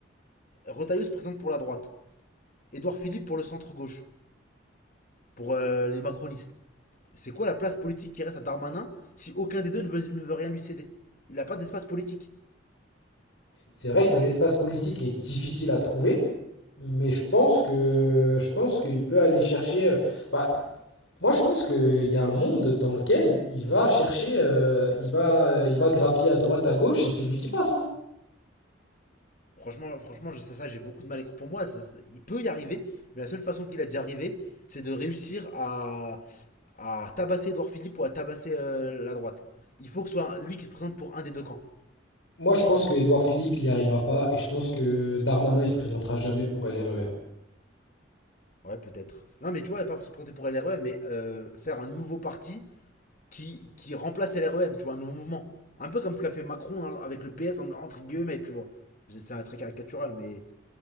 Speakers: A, on the left; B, on the left.
A: Retailleau se présente pour la droite. Edouard Philippe pour le centre-gauche. Pour euh, les macronistes. C'est quoi la place politique qui reste à Darmanin si aucun des deux ne veut, ne veut rien lui céder Il n'a pas d'espace politique.
B: C'est vrai que l'espace politique est difficile à trouver, mais je pense que je pense qu'il peut aller chercher. euh, Bah, moi, je pense qu'il y a un monde dans lequel il va chercher, euh, il va, euh, il va grappiller à droite, à gauche, et c'est lui qui passe. hein.
A: Franchement, franchement je ça, j'ai beaucoup de mal à croire. Pour moi, ça, ça, il peut y arriver, mais la seule façon qu'il a d'y arriver, c'est de réussir à, à tabasser Edouard Philippe ou à tabasser euh, la droite. Il faut que ce soit lui qui se présente pour un des deux camps.
B: Moi, je pense que Édouard Philippe, il n'y arrivera pas, et je pense que Darmanin, il se présentera jamais pour LREM.
A: Ouais, peut-être. Non, mais tu vois, pas pour se présenter pour LREM, mais euh, faire un nouveau parti qui, qui remplace LREM, tu vois, un nouveau mouvement. Un peu comme ce qu'a fait Macron hein, avec le PS, en- entre guillemets, tu vois. C'est très caricatural, mais.